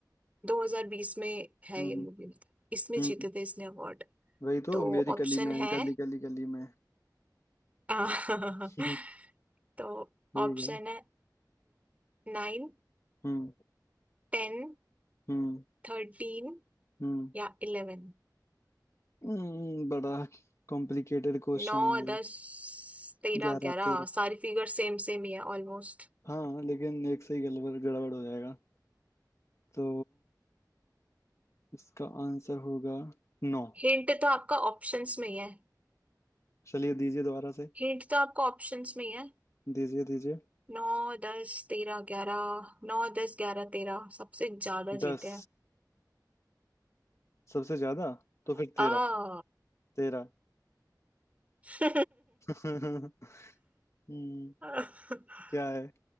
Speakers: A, on the right; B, on the left.
A: 2020 में है
B: हम्म
A: ये मूवी इसमें
B: हम्म
A: जीते
B: हम्म।
A: थे इसने अवार्ड
B: वही तो
A: तो
B: मेरी
A: ऑप्शन
B: गली में
A: है
B: गली गली गली में
A: आ, <laughs>
B: हम्म,
A: तो
B: ठीक
A: ऑप्शन
B: है
A: है नाइन
B: हम्म
A: टेन
B: हम्म
A: थर्टीन
B: हम्म
A: या इलेवन
B: हम्म, बड़ा कॉम्प्लिकेटेड क्वेश्चन
A: नौ
B: है ये
A: दस तेरह
B: ग्यारह
A: ग्यारह
B: तेरह
A: सारी फिगर सेम सेम ही है ऑलमोस्ट
B: हाँ लेकिन एक से ही गड़बड़ गड़बड़ हो जाएगा तो इसका आंसर होगा नौ
A: हिंट तो आपका ऑप्शंस में ही है
B: चलिए दीजिए दोबारा से
A: हिंट तो आपका ऑप्शंस में ही है
B: दीजिए दीजिए
A: नौ दस तेरह ग्यारह नौ दस ग्यारह तेरह सबसे ज्यादा
B: दस
A: जीते हैं
B: सबसे ज्यादा तो फिर
A: आ,
B: तेरह तेरह
A: आ।
B: <laughs> हम्म
A: <laughs>
B: क्या है